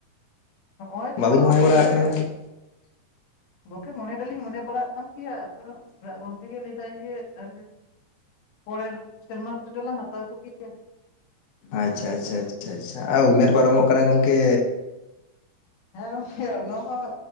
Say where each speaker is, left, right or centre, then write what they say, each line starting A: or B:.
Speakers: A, on the left; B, on the left.
A: ᱱᱚᱼᱚᱭ ᱛᱚ
B: ᱵᱟᱹᱵᱤᱱ ᱢᱚᱱᱮ
A: ᱜᱚᱝᱠᱮ
B: ᱵᱟᱲᱟᱜ ᱠᱟᱱᱟ
A: ᱜᱚᱝᱠᱮ ᱢᱚᱱᱮ ᱫᱚᱞᱤᱧ ᱢᱚᱱᱮ ᱵᱟᱲᱟᱜ ᱠᱟᱱ ᱜᱮᱭᱟ ᱟᱫᱚ ᱚᱲᱟᱜ ᱜᱚᱝᱠᱮ ᱜᱮ ᱞᱟᱹᱭᱮᱫᱟᱭ ᱡᱮ ᱛᱟᱦᱞᱮ, ᱯᱮᱨᱮᱨ ᱥᱮᱨᱢᱟ ᱛᱮᱫᱚᱞᱟᱝ ᱦᱟᱛᱟᱣ ᱠᱚᱜᱮᱭᱟ᱾
B: ᱟᱪᱪᱷᱟ ᱟᱪᱪᱷᱟ ᱟᱪᱪᱷᱟ ᱟᱫᱚ ᱩᱢᱮᱨ ᱯᱟᱨᱚᱢᱚᱜ ᱠᱟᱱᱟ ᱜᱚᱝᱠᱮ᱾
A: ᱦᱮᱸ ᱜᱚᱢᱠᱮ ᱚᱱᱟ ᱢᱟ